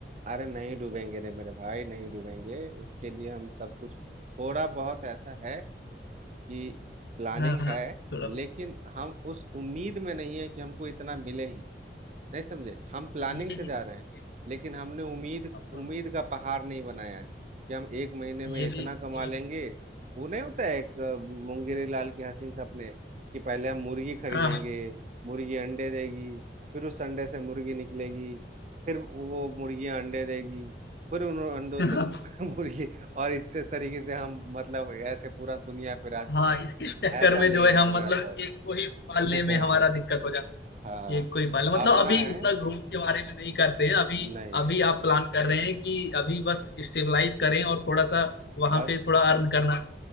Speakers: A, on the right; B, on the left.
A: अरे नहीं डूबेंगे रे मेरे भाई नहीं डूबेंगे उसके लिए हम सब कुछ थोड़ा बहुत ऐसा है कि प्लानिंग
B: हाँ हाँ
A: है
B: थोड़ा
A: लेकिन हम उस उम्मीद में नहीं है कि हमको इतना मिले ही नहीं समझे हम प्लानिंग
B: ये
A: से
B: भी
A: जा
B: सही
A: रहे हैं
B: है।
A: लेकिन हमने उम्मीद
B: आप तो-
A: उम्मीद का पहाड़ नहीं बनाया है कि हम एक महीने में
B: ये
A: इतना
B: भी
A: कमा
B: ये भी
A: लेंगे वो नहीं होता है एक अ, मुंगेरी लाल के हसीन सपने कि पहले हम मुर्गी खरीदेंगे
B: हाँ हाँ
A: मुर्गी अंडे देगी फिर उस अंडे से मुर्गी निकलेगी फिर वो मुर्गियां अंडे देगी फिर उन अंडों
B: <laughs>
A: से मु- <laughs> मुर्गी और इस तरीके से हम मतलब ऐसे पूरा दुनिया पे राज करेंगे
B: हाँ इसके चक्कर
A: ऐसा
B: में
A: नहीं
B: जो
A: है
B: है
A: यार
B: हम
A: मेरा
B: मतलब
A: थॉट
B: एक को ही पालने
A: <laughs>
B: में
A: हाँ
B: हमारा दिक्कत हो जाता
A: हाँ
B: है एक को ही पालना मतलब
A: अपना
B: अभी
A: है
B: उतना ग्रोथ के बारे में नहीं करते हैं अभी
A: नहीं
B: अभी
A: नहीं
B: आप प्लान कर रहे हैं कि अभी बस स्टेबलाइज करें और थोड़ा सा वहां
A: बस
B: पे थोड़ा अर्न करना